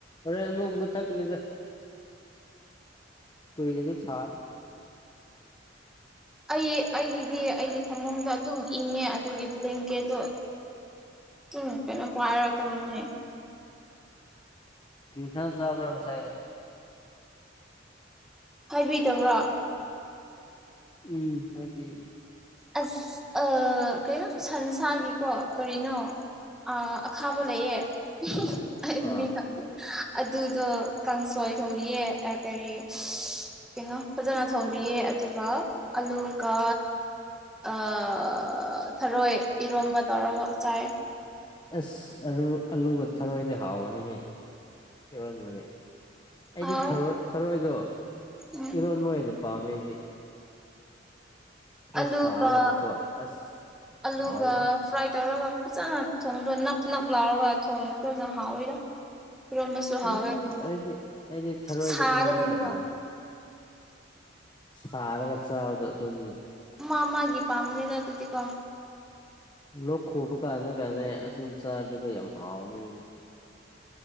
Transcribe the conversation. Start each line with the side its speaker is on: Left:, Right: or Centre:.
Left: ꯍꯣꯔꯦꯟ ꯑꯃꯨꯛ ꯃꯨꯊꯠ ꯀꯅꯤꯗ ꯀꯩꯔꯗꯤ ꯁꯥ
Centre: ꯑꯩ ꯑꯩꯒꯤꯗꯤ ꯑꯩꯒꯤ ꯐꯃꯨꯡꯗ ꯑꯗꯨꯝ ꯏꯪꯉꯦ ꯑꯗꯨꯒꯤ ꯕ꯭ꯂꯦꯡꯀꯦꯠꯇꯣ ꯎꯝ ꯀꯩꯅꯣ ꯄꯥꯏꯔ ꯇꯨꯝꯕꯅꯦ
Left: ꯀ꯭ꯔꯤꯁꯥꯡ ꯆꯕꯔꯥ ꯉꯁꯥꯏꯗꯣ
Centre: ꯍꯥꯏꯕꯤꯗꯕ꯭ꯔ
Left: ꯎꯝ ꯍꯥꯏꯕꯤꯌꯦ
Centre: ꯑꯁ ꯑꯥ ꯀꯩꯅꯣ ꯁꯟꯁꯥꯒꯤꯀꯣ ꯀꯔꯤꯅꯣ ꯑꯥ ꯑꯈꯥꯕ ꯂꯩꯌꯦ ꯑꯩ ꯃꯃꯤꯡ
Left: ꯑꯥ
Centre: ꯈꯪꯗꯦ ꯑꯗꯨꯗꯣ ꯀꯥꯡꯁꯣꯏ ꯊꯣꯡꯕꯤꯌꯦ ꯑꯥ ꯀꯔꯤ ꯀꯩꯅꯣ ꯐꯖꯅ ꯊꯣꯝꯕꯤꯌꯦ ꯑꯗꯨꯒ ꯑꯂꯨꯒ ꯑꯥ ꯊꯔꯣꯏ ꯏꯔꯣꯝꯕ ꯇꯧꯔꯒ ꯆꯥꯏ
Left: ꯑꯁ ꯑꯂꯨ ꯑꯂꯨꯒ ꯊꯔꯣꯏ ꯍꯥꯎꯕꯅꯤꯍꯦ ꯏꯔꯣꯟꯕꯗꯤ ꯑꯩꯗꯤ
Centre: ꯍꯥꯎ
Left: ꯊꯔꯣꯏ ꯊꯔꯣꯏꯗꯣ
Centre: ꯎꯝ
Left: ꯏꯔꯣꯟꯕ ꯑꯣꯏꯅ ꯄꯥꯝꯃꯦ ꯑꯩꯗꯤ ꯈꯔ
Centre: ꯑꯂꯨꯒ
Left: ꯁꯥꯔꯒꯀꯣ ꯑꯁ
Centre: ꯑꯂꯨꯒ
Left: ꯍꯥꯎꯕꯅꯤ
Centre: ꯐ꯭ꯔꯥꯏ ꯇꯧꯔꯒ ꯐꯖꯅ ꯊꯣꯡꯗ ꯅꯞ ꯅꯞ ꯂꯥꯎꯔꯒ ꯊꯣꯡꯕꯗꯨꯅ ꯍꯥꯎꯋꯤꯗ ꯌꯔꯣꯝꯕꯁꯨ ꯍꯥꯎꯋꯦ
Left: ꯎꯝ
Centre: ꯑꯗꯨ
Left: ꯑꯩꯗꯤ ꯑꯩꯗꯤ ꯊꯔꯣꯏꯗ
Centre: ꯁꯥꯔꯅꯦꯕ
Left: ꯏꯔꯣꯟꯕꯅ ꯍꯥꯎꯋꯦ ꯁꯥꯔꯒ ꯆꯥꯕꯗꯣ ꯑꯗꯨꯒꯤ
Centre: ꯃꯥ ꯃꯥꯒꯤ ꯄꯥꯝꯕꯅꯤꯗ ꯑꯗꯨꯗꯤꯀꯣ
Left: ꯂꯣꯛ ꯈꯨꯕ ꯀꯥꯟꯗ ꯀꯥꯏꯗ ꯑꯗꯨꯝ ꯆꯥꯔꯗꯤꯀꯣ ꯌꯥꯝ ꯍꯥꯎꯅꯤꯕ